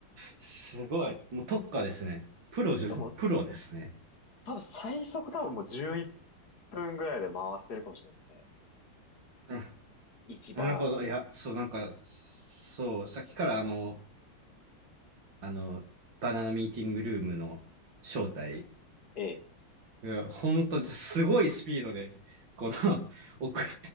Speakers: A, on the right (about 65°); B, on the left (about 50°).
A: すごい。もう特化ですね。プロじゅ、
B: の。もう、
A: プロですね。
B: 多分最速多分もう11分ぐらいで回せるかもしれないですね。
A: うん。
B: 1バナナ。
A: なるほど。いや、そう、なんか、そう、さっきからあの、あの、バナナミーティングルームの招待
B: ええ、
A: が、本当にすごいスピードで、この、<laughs> 送って、